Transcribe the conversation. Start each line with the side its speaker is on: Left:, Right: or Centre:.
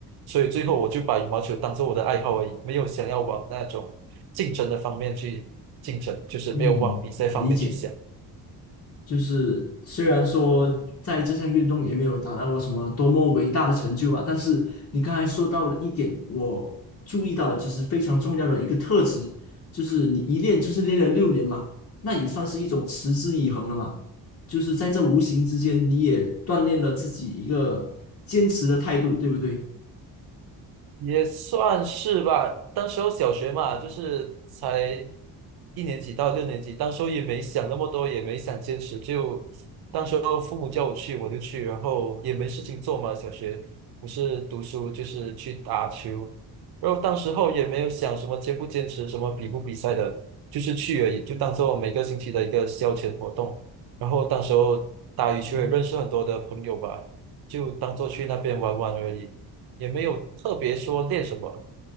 Right: 所以最后我就把羽毛球当做我的爱好而已，没有想要往那种竞争的方面去竞争，就是没有往比赛方面去想。
Left: 嗯，理解。就是虽然说在这项运动也没有达到过什么多么伟大的成就啊，但是你刚才说到了一点，我注意到了，就是非常重要的一个特质，就是你一练就是练了六年嘛，那也算是一种持之以恒了嘛。就是在这无形之间，你也锻炼了自己一个坚持的态度，对不对？
Right: 也算是吧。当时候小学嘛，就是才一年级到六年级，当时候也没想那么多，也没想坚持，就当时候父母叫我去我就去，然后也没事情做嘛。小学不是读书就是去打球，然后当时候也没有想什么坚不坚持，什么比不比赛的，就是去而已，就当做每个星期的一个消遣活动。然后当时候打羽球也认识很多的朋友吧，
Left: 嗯，
Right: 就当做去那边玩玩而已。也没有特别说练什么。